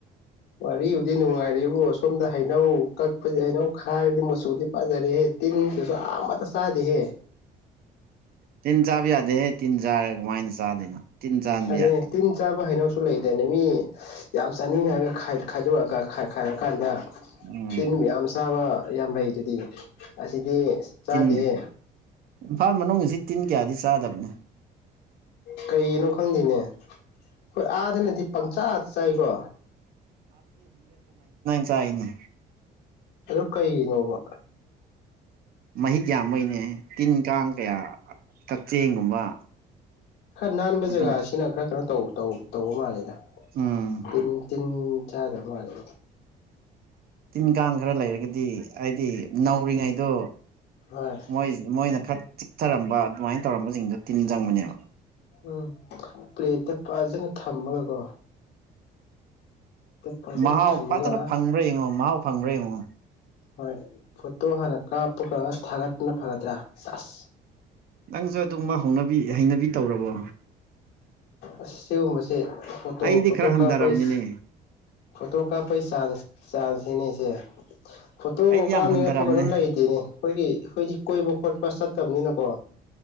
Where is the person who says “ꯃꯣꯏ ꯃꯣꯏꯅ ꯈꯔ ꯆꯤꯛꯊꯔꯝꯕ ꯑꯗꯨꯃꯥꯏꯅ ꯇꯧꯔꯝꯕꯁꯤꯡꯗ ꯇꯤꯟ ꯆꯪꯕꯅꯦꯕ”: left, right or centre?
Right